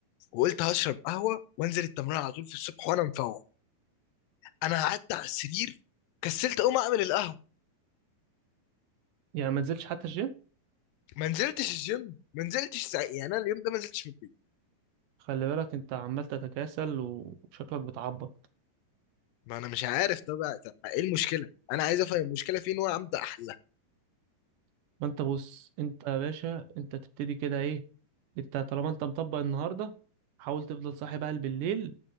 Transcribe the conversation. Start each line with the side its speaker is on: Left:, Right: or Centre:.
Left: وقلت هشرب قهوة وانزل التمرين على طول في الصبح وانا مفوق انا قعدت على السرير كسلت اقوم اعمل القهوة
Right: يعني ما نزلتش حتى الجيم
Left: ما نزلتش الجيم ما نزلتش ساعة يعني انا اليوم ده ما نزلتش من البيت
Right: خلي بالك انت عمال تتكاسل وشكلك بتعبط
Left: ما انا مش عارف ده بقى طب ما ايه المشكله انا عايز افهم المشكله فين وابدا احلها
Right: فانت بص انت يا باشا انت تبتدي كده ايه انت طالما انت مطبق النهاردة حاول تفضل صاحي بقى بالليل